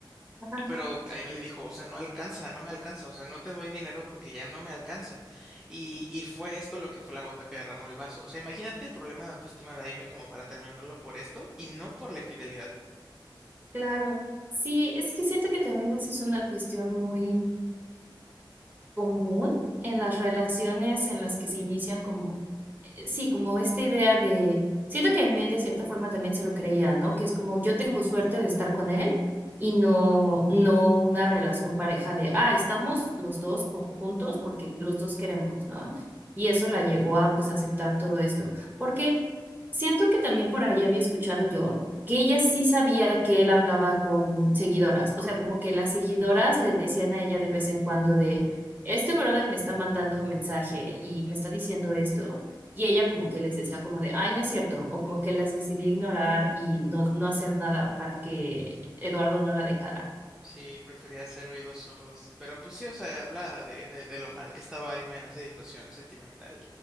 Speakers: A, on the right; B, in the centre.
A: ajá.
B: Y Pero ahí me le dijo, o sea, no alcanza, no me alcanza, o sea, no te doy dinero porque ya no me alcanza. Y, y fue esto lo que fue la gota que derramó el vaso. O sea, imagínate el problema de autoestima de Aime como para terminarlo por esto y no por la infidelidad.
A: Claro, sí, es que siento que también esa es una cuestión muy común en las relaciones en las que se inician como sí, como esta idea de, siento que me de cierta forma también se lo creía, ¿no? Que es como yo tengo suerte de estar con él y no, no una relación pareja de, ah, estamos los dos co- juntos porque los dos queremos, ¿no? Y eso la llevó a pues aceptar todo esto, porque siento que también por ahí había escuchado yo que ella sí sabía que él hablaba con seguidoras, o sea, como que las seguidoras le decían a ella de vez en cuando de, este brother me está mandando un mensaje y me está diciendo esto. Y ella como que les decía como de, ay, no es cierto, o como que las decidí ignorar y no, no hacer nada para que Eduardo no la dejara.
B: Sí, prefería ser oídos sordos. Pero pues sí, o sea, habla de, de, de lo mal que estaba Aime en esa situación sentimental.